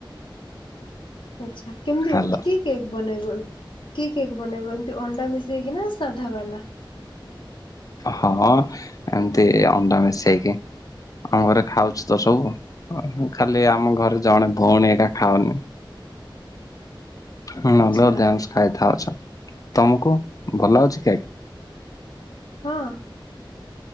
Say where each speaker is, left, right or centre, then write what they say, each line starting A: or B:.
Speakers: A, on the left; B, on the left.
A: ଆଚ୍ଛା କେମିତି
B: ହ୍ୟାଲୋ
A: ହୋଉଚି କି? କେକ୍ ବନେଇବ କି କେକ୍ ବନେଇବ ଏମତି ଅଣ୍ଡା ମିଶେଇକି ନା ସାଧା ବାଲା?
B: ହଁ ଏମିତି ଅଣ୍ଡା ମିଶେଇକି। ଆମ ଘରେ ଖାଉଛି ତ ସବୁ ଖାଲି ଆମ ଘରେ ଜଣେ ଭଉଣୀ ଏକା ଖାଉନି। ନହେଲେ
A: ଆଚ୍ଛା
B: ଦେସ ଖାଇଥା ଅଛ ତମକୁ ଭଲ ଲାଗୁଚି କେକ୍।
A: ହଁ।